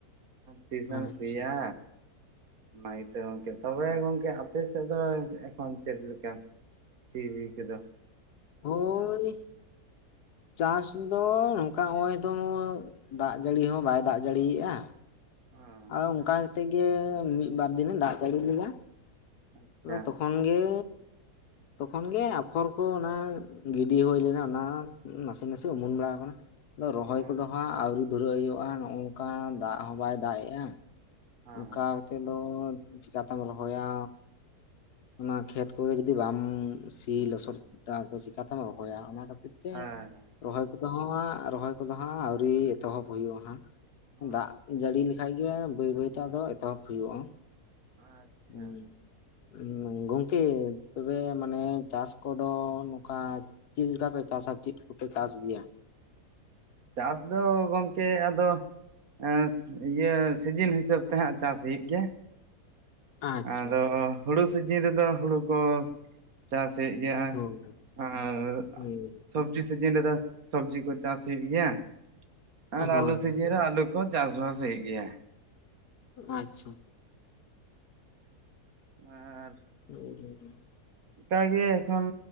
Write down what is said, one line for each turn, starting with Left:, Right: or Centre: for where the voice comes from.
Right: ᱛᱤᱥᱮᱢ
Left: ᱟᱪᱪᱷᱟ
Right: ᱥᱤᱭᱟ ᱱᱟᱭ ᱛᱮ ᱜᱚᱢᱠᱮ ᱛᱚᱵᱮ ᱜᱚᱢᱠᱮ ᱟ ᱟᱯᱮ ᱥᱮᱫ ᱫᱚ ᱮᱠᱷᱚᱱ ᱪᱮᱫ ᱞᱮᱠᱟ ᱥᱤ ᱵᱤ ᱠᱚᱫ?
Left: ᱦᱳᱭ ᱪᱟᱥ ᱫᱚ ᱱᱚᱝᱠᱟ ᱱᱚᱜ ᱚᱭ ᱛᱚ ᱫᱟᱜ ᱡᱟᱹᱲᱤ ᱦᱚᱸ ᱵᱟᱭ ᱫᱟᱜ ᱡᱟᱹᱲᱤᱭᱟᱜᱼᱟ।
Right: ᱚ ᱟᱪᱪᱷᱟ
Left: ᱟᱨ ᱚᱱᱠᱟ ᱠᱟᱛᱮᱫ ᱜᱮ ᱢᱤᱫᱵᱟᱨ ᱫᱤᱱᱮ ᱫᱟᱜ ᱡᱟᱹᱲᱤ ᱞᱮᱫᱟ
Right: ᱟᱪᱪᱷᱟ
Left: ᱛᱚᱠᱷᱚᱱ ᱜᱮ ᱛᱚᱠᱷᱚᱱ ᱜᱮ ᱟᱯᱷᱚᱨ ᱠᱚ ᱚᱱᱟ ᱜᱤᱰᱤ ᱦᱩᱭ ᱞᱮᱱᱟ ᱚᱱᱟ ᱱᱟᱥᱮ ᱱᱟᱥᱮ ᱩᱢᱩᱱ ᱵᱟᱲᱟ ᱟᱠᱟᱱᱟ। ᱟᱫᱚ ᱨᱚᱦᱚᱭ
Right: ᱚ ᱦᱮᱸ
Left: ᱠᱚᱫᱚ ᱦᱟᱸᱜ ᱟᱹᱣᱨᱤ ᱫᱷᱩᱨᱟᱹᱜ ᱦᱩᱭᱩᱜᱼᱟ ᱱᱚᱝᱠᱟ ᱫᱟᱜ ᱦᱚᱸ ᱵᱟᱭ ᱫᱟᱜ ᱮᱜᱼᱟ
Right: ᱦᱮᱸ
Left: ᱚᱱᱠᱟ ᱠᱟᱛᱮᱫ ᱫᱚ ᱪᱤᱠᱟᱛᱮᱢ ᱨᱚᱦᱚᱭᱟ। ᱚᱱᱟ ᱠᱷᱮᱛ ᱠᱚᱜᱮ ᱡᱩᱫᱤ ᱵᱟᱢ ᱥᱤ ᱞᱚᱥᱚᱫ ᱫᱟ ᱪᱤᱠᱟᱛᱮᱢ ᱨᱚᱦᱚᱭᱟ ᱚᱱᱟ ᱛᱮ
Right: ᱦᱮᱸ ᱦᱮᱸ
Left: ᱨᱚᱦᱚᱭ ᱠᱚᱫᱚ ᱦᱟᱸᱜ ᱨᱚᱦᱚᱭ ᱠᱚᱫᱚ ᱦᱟᱸᱜ ᱟᱹᱣᱨᱤ ᱮᱛᱚᱦᱚᱵ ᱦᱩᱭᱩᱜᱼᱟ ᱦᱟᱸᱜ ᱫᱟᱜ
Right: ᱟᱪᱪᱷᱟ
Left: ᱡᱟᱹᱲᱤ ᱞᱮᱠᱷᱟᱡ ᱜᱮ ᱵᱟᱹᱭ ᱵᱟᱹᱭᱛᱮ ᱟᱫᱚ ᱮᱛᱚᱦᱚᱵ ᱦᱩᱭᱩᱜᱼᱟ
Right: ᱟᱪᱪᱷᱟ
Left: ᱦᱩᱸ ᱜᱚᱝᱠᱮ ᱛᱚᱵᱮ ᱢᱟᱱᱮ ᱪᱟᱥ ᱠᱚᱫᱚ ᱱᱚᱝᱠᱟ ᱪᱮᱫ ᱞᱮᱠᱟ ᱯᱮ ᱪᱟᱥ? <unintelligible> ᱪᱮᱫ ᱠᱚᱯᱮ ᱪᱟᱥ ᱜᱮᱭᱟ?
Right: ᱪᱟᱥ ᱫᱚ ᱜᱚᱢᱠᱮ ᱟᱫᱚ <unintelligible> ᱤᱭᱟᱹ ᱥᱤᱡᱤᱱ ᱦᱤᱥᱟᱹᱵ ᱛᱮ ᱦᱟᱸᱜ ᱪᱟᱥ ᱦᱩᱭᱩᱜ ᱜᱮᱭᱟ।
Left: ᱟᱪᱪᱷᱟ
Right: ᱟᱫᱚ ᱦᱩᱲᱩ ᱥᱤᱡᱤᱱ ᱨᱮᱫᱚ ᱦᱩᱲᱩ ᱠᱚ ᱪᱟᱥᱮᱜ ᱜᱮᱭᱟ
Left: ᱦᱳᱭ
Right: ᱟᱨ
Left: ᱦᱩᱸ
Right: ᱥᱚᱵᱡᱤ ᱥᱤᱡᱤᱱ ᱨᱮᱫᱚ ᱥᱚᱵᱡᱤ ᱠᱚ ᱪᱟᱥ ᱜᱮᱭᱟ ᱟᱨ
Left: ᱦᱳᱭ
Right: ᱟᱹᱞᱩ ᱥᱤᱡᱤᱱ
Left: ᱦᱳᱭ
Right: ᱨᱮ ᱟᱹᱞᱩ ᱠᱚ ᱪᱟᱥᱵᱟᱥᱮᱜ ᱜᱮᱭᱟ
Left: ᱟᱪᱪᱷᱟ
Right: ᱟᱨ
Left: <unintelligible>
Right: ᱚᱱᱠᱟᱜᱮ ᱮᱠᱷᱚᱱ